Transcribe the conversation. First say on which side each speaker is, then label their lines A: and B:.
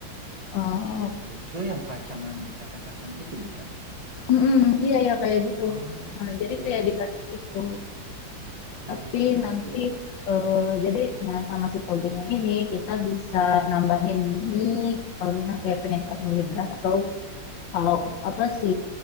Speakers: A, on the left; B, on the right.
A: Oh,
B: Oco yang kacangan, kacang-kacang itu bukan?
A: mm-mm, iya ya kayak gitu.
B: Oh
A: Nah, jadi
B: iya
A: kayak
B: iya
A: dikasih itu.
B: iya
A: Tapi
B: iya tauco
A: nanti
B: itu
A: eh, jadi nah sama si togenya ini kita bisa nambahin mie kalau misalnya kayak pengen karbohidrat atau kalau apa si